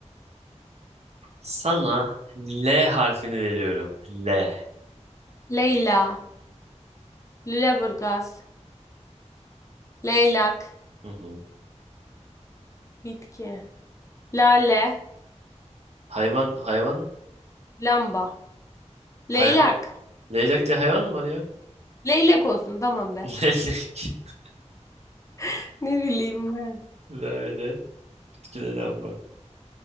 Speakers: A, on the right (about 60°); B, on the left (about 25°).
A: Sana L harfini veriyorum. L.
B: Leyla. Lüleburgaz. Leylak.
A: Hı hı.
B: Bitki. Lale.
A: Hayvan, hayvan,
B: Lamba. Leylak.
A: hayvan. Leylak diye hayvan mı var ya?
B: Leylak olsun tamam be.
A: <laughs> Leylek.
B: <laughs> Ne bileyim ben.
A: Lale. İki de lamba.